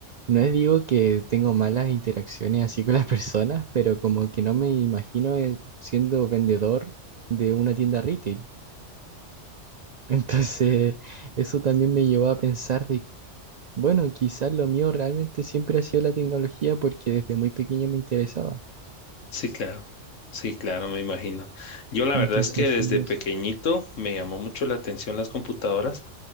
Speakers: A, on the right; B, on the left.
A: no es digo que tengo malas interacciones así con las <laughs> personas, pero como que no me imagino eh, siendo vendedor de una tienda retail. <laughs> Entonces, eso también me llevó a pensar de Bueno, quizás lo mío realmente siempre ha sido la tecnología porque desde muy pequeño me interesaba.
B: Sí, claro. Sí, claro, me imagino. Yo la
A: Entonces,
B: verdad es que desde
A: así es.
B: pequeñito me llamó mucho la atención las computadoras,